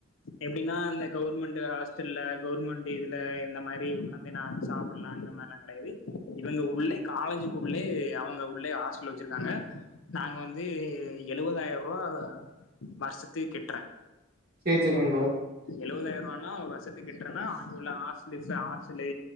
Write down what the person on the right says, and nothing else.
சேரி சேரிங்கா ப்ரோ